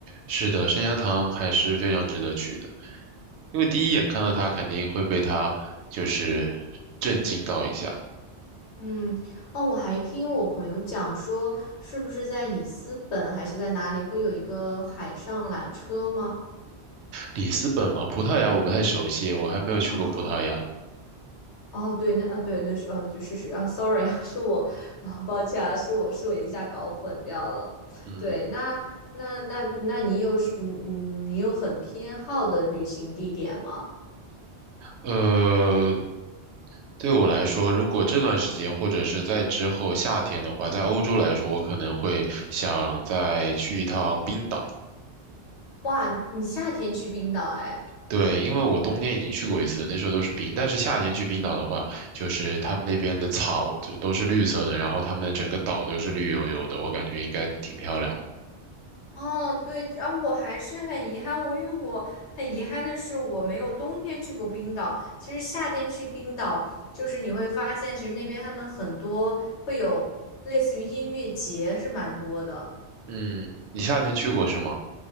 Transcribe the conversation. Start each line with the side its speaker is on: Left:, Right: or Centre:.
Right: 是的，圣家堂还是非常值得去的，因为第一眼看到它肯定会被它就是震惊到一下。
Left: 嗯，哦，我还听我朋友讲说，是不是在里斯本还是在哪里会有一个海上缆车吗？
Right: 里斯本嘛，葡萄牙我不太熟悉，我还没有去过葡萄牙。
Left: 哦，哦，对，那呃，对，那是呃，就是是啊，sorry 啊，是我啊，抱歉啊，是我是我一下搞混掉了。
Right: 嗯，
Left: 对，那那那那你有是嗯嗯，你有很偏好的旅行地点吗？
Right: 呃，对我来说，如果这段时间或者是在之后夏天的话，在欧洲来说，我可能会想再去一趟冰岛。
Left: 哇，你夏天去冰岛哎。
Right: 对，因为我冬天已经去过一次，那时候都是冰，但是夏天去冰岛的话，就是他们那边的草就都是绿色的，然后他们整个岛都是绿油油的，我感觉应该挺漂亮的。
Left: 哦，对，然后我还是很遗憾，我因为我很遗憾的是，我没有冬天去过冰岛。其实夏天去冰岛，就是你会发现，其实那边他们很多会有类似于音乐节，是蛮多的。
Right: 嗯，你夏天去过是吗？